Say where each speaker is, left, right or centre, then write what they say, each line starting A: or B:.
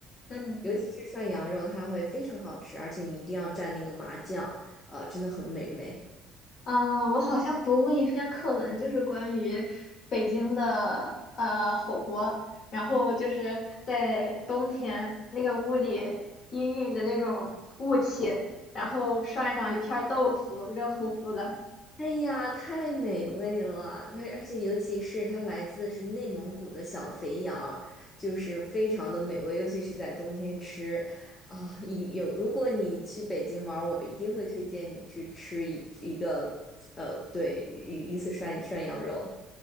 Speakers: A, on the left; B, on the left.
A: 嗯
B: 尤其是涮羊肉，它会非常好吃，而且你一定要蘸那个麻酱，呃，真的很美味。
A: 嗯，我好像读过一篇课文，就是关于北京的呃火锅，然后就是在冬天那个屋里氤氲着那种雾气，然后涮上一片儿豆腐，
B: <laughs>
A: 热乎乎的。
B: 哎呀，太美味了！它而且尤其是它来自是内蒙古的小肥羊就是非常的美味，尤其是在冬天吃啊。一有，如果你去北京玩儿，我一定会推荐你去吃一一个，呃，对，一一次涮涮羊肉。